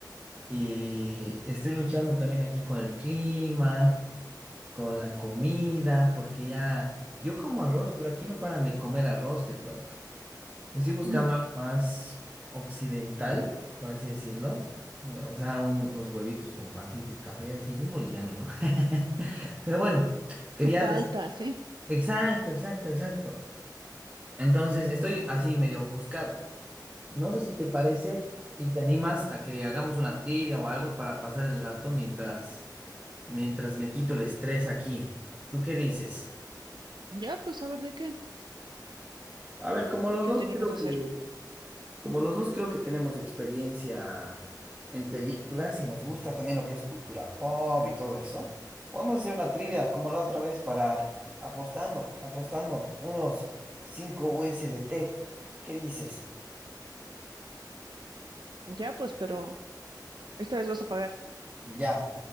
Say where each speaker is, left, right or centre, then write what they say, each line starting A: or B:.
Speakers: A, on the right; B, on the right.
A: Y estoy luchando también aquí con el clima, con la comida, porque ya yo como arroz, pero aquí no paran de comer arroz, te cuento. Estoy buscando
B: Ujú.
A: algo más occidental, por así decirlo. O sea, un- unos huevitos con pancito y café, así bien boliviano, ¿no? <laughs> Pero bueno, quería...
B: Tu palta,
A: des-
B: ¿sí?
A: Exacto, exacto, exacto. Entonces, estoy así medio ofuscado. No sé si te parece y te animas a que hagamos una trivia o algo para pasar el rato mientras, mientras me quito el estrés aquí. ¿Tú qué dices?
B: Ya, pues a ver de qué,
A: A ver, como
B: de
A: los
B: qué
A: dos
B: te animas
A: creo
B: a
A: que...
B: hacer.
A: Como los dos creo que tenemos experiencia en películas y nos gusta también lo que es cultura pop y todo eso, podemos hacer una trivia como la otra vez para apostando, apostando unos 5 USDT. ¿Qué dices?
B: Ya, pues, pero esta vez vas a pagar.
A: Ya.